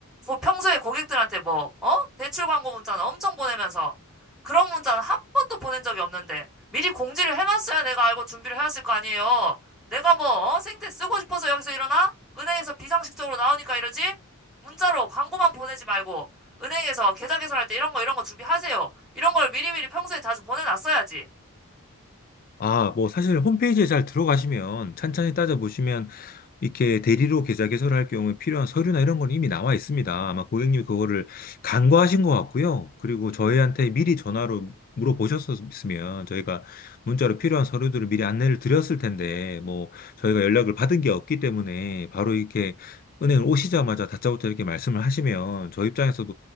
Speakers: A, in the centre; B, on the left.
A: 뭐 평소에 고객들한테 뭐, 어? 대출 광고 문자는 엄청 보내면서 그런 문자는 한 번도 보낸 적이 없는데 미리 공지를 해놨어야 내가 알고 준비를 해왔을 거 아니에요. 내가 뭐, 어? 생태 쓰고 싶어서 여기서 일어나? 은행에서 비상식적으로 나오니까 이러지? 문자로 광고만 보내지 말고 은행에서 계좌 개설할 때 이런 거 이런 거 준비하세요. 이런 걸 미리미리 평소에 자주 보내놨어야지.
B: 아, 뭐 사실 홈페이지에 잘 들어가시면 찬찬히 따져보시면 이렇게 대리로 계좌 개설할 경우에 필요한 서류나 이런 건 이미 나와 있습니다. 아마 고객님 이 그거를 간과하신 것 같고요. 그리고 저희한테 미리 전화로 물어보셨으면 저희가 문자로 필요한 서류들을 미리 안내를 드렸을 텐데 뭐 저희가 연락을 받은 게 없기 때문에 바로 이렇게 은행을 오시자마자 다짜고짜 이렇게 말씀을 하시면 저희 입장에서도